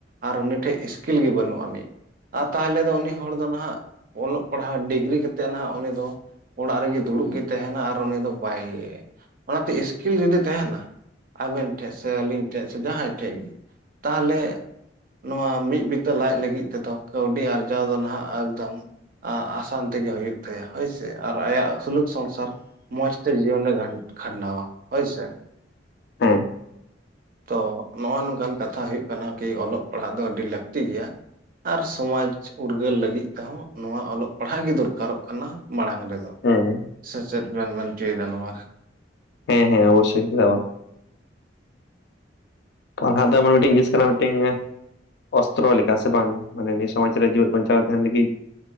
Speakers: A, on the right; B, on the left.
A: ᱟᱨ ᱩᱱᱤ ᱴᱷᱮᱱ ᱤᱠᱤᱞ ᱜᱮ ᱵᱟᱹᱱᱩᱜ ᱟᱹᱱᱤᱡ ᱟᱨ ᱛᱟᱦᱚᱞᱮ ᱫᱚ ᱩᱱᱤ ᱦᱚᱲ ᱫᱚ ᱱᱟᱜ ᱚᱞᱚᱜ ᱯᱟᱲᱦᱟᱣ ᱰᱤᱜᱽᱨᱤ ᱠᱟᱛᱮᱫ ᱱᱟᱦᱟᱜ ᱩᱱᱤ ᱫᱚ ᱚᱲᱟᱜ ᱨᱮᱜᱮ ᱫᱩᱲᱩᱵ ᱜᱮᱭ ᱛᱟᱦᱮᱱᱟ ᱟᱨ ᱩᱱᱤ ᱫᱚ ᱵᱟᱭ, ᱚᱱᱟᱛᱮ ᱥᱠᱤᱞ ᱡᱩᱫᱤ ᱛᱟᱦᱮᱱᱟ ᱟᱵᱮᱱ ᱴᱷᱮᱡ ᱥᱮ ᱟᱹᱞᱤᱧ ᱴᱷᱮᱡ ᱥᱮ ᱡᱟᱦᱟᱸᱭ ᱴᱷᱮᱡ ᱜᱮ ᱛᱟᱦᱚᱞᱮ ᱱᱚᱣᱟ ᱢᱤᱫ ᱵᱤᱛᱟᱹ ᱞᱟᱡ ᱞᱟᱹᱜᱤᱫ ᱛᱮᱫᱚ ᱠᱟᱹᱣᱰᱤ ᱟᱨᱡᱟᱣ ᱫᱚ ᱱᱟᱦᱟᱜ ᱮᱠᱫᱚᱢ ᱟᱥᱟᱱ ᱛᱤᱜᱮ ᱦᱩᱭᱩᱜ ᱛᱟᱭᱟ ᱦᱳᱭᱥᱮ ᱟᱨ ᱟᱭᱟᱜ ᱥᱩᱞᱩᱠ ᱥᱚᱝᱥᱟᱨ ᱢᱚᱸᱡᱽ ᱛᱮ ᱡᱤᱭᱚᱱ ᱠᱷᱟᱱᱰᱟᱣᱟ ᱦᱳᱭ ᱥᱮ
B: ᱦᱮᱸ
A: ᱛᱚ ᱱᱚᱜᱼᱚ ᱱᱚᱝᱠᱟᱱ ᱠᱟᱛᱷᱟ ᱦᱳᱭᱳᱜ ᱠᱟᱱᱟ ᱠᱤ ᱚᱞᱚᱜ ᱯᱟᱲᱦᱟᱜ ᱫᱚ ᱟᱹᱰᱤ ᱞᱟᱹᱠᱛᱤ ᱜᱮᱭᱟ ᱟᱨ ᱥᱚᱢᱟᱡᱽ ᱩᱨᱜᱟᱹᱞ ᱞᱟᱹᱜᱤᱫ ᱛᱮᱦᱚᱸ ᱱᱚᱣᱟ ᱚᱞᱚᱜ ᱯᱟᱲᱦᱟᱜ ᱜᱮ ᱫᱚᱨᱠᱟᱨᱚᱜ ᱠᱟᱱᱟ ᱢᱟᱲᱟᱝ ᱨᱮᱫᱚ
B: ᱦᱮᱸ ᱦᱮᱸ ᱦᱮᱸ
A: ᱥᱮ ᱪᱮᱫ ᱵᱮᱱ ᱢᱮᱱ ᱦᱚᱪᱚᱭᱮᱫᱟ ᱱᱚᱣᱟ ᱨᱮ
B: ᱦᱮᱸ ᱦᱮᱸ ᱚᱵᱚᱥᱥᱚᱭ ᱪᱮᱫᱟ ᱵᱟᱝ ᱯᱟᱲᱦᱟᱣ ᱫᱚ ᱮᱢᱚᱱ ᱢᱤᱫᱴᱤᱝ ᱡᱤᱱᱤᱥ ᱠᱟᱱᱟ ᱢᱤᱫᱴᱤᱝ ᱚᱥᱛᱨᱚ ᱞᱮᱠᱟ ᱥᱮ ᱵᱟᱝ ᱢᱟᱱᱮ ᱱᱤᱭᱟᱹ ᱥᱚᱢᱟᱡ ᱨᱮ ᱡᱮᱣᱮᱫ ᱵᱟᱧᱪᱟᱣ ᱛᱟᱦᱮᱱ ᱞᱟᱹᱜᱤᱫ